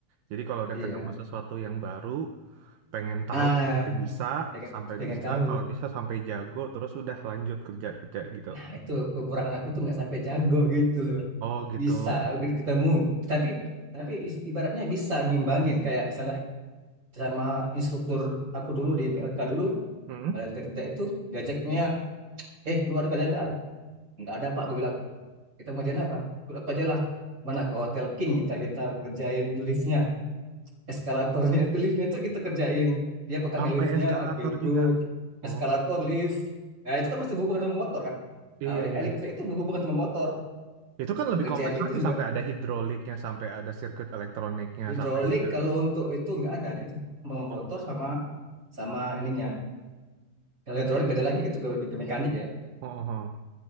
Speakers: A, on the right (about 80°); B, on the right (about 20°).
A: Jadi kalau udah
B: iya
A: ketemu sesuatu yang baru, pengen tahu
B: ah
A: sampai bisa,
B: pengen
A: sampai
B: pengen
A: bisa,
B: tahu
A: kalau bisa sampai jago, terus udah lanjut kerja kerja gitu.
B: nah itu kekurangan aku tuh nggak sampai jago gitu loh
A: Oh gitu.
B: bisa gitu ketemu tapi tapi is- ibaratnya bisa ngimbangin kayak misalnya sama instruktur aku dulu di BLK dulu
A: Hmm?
B: kalau kerja kerja itu diajaknya eh lu ada kerja nggak nggak ada pak gue bilang kita mau kerjain apa aku aja lah mana ke Hotel King kita kita ngerjain liftnya eskalatornya itu liftnya itu kita kerjain dia pegang
A: Sampai
B: liftnya
A: eskalator
B: aku ikut
A: juga. Oh
B: eskalator lift nah itu kan masih berhubungan sama motor kan
A: iya
B: nah oleh
A: iya.
B: elektrik itu berhubungan sama motor
A: Itu kan lebih
B: ngerjain
A: kompleks
B: gitu
A: lagi
B: juga
A: sampai ada hidroliknya, sampai ada sirkuit elektroniknya,
B: hidrolik
A: sampai ada.
B: kalau untuk itu nggak ada dia cuma
A: Oh
B: motor sama sama ininya kalau hidrolik beda lagi itu ke, ke mekanik ya
A: oh. oh.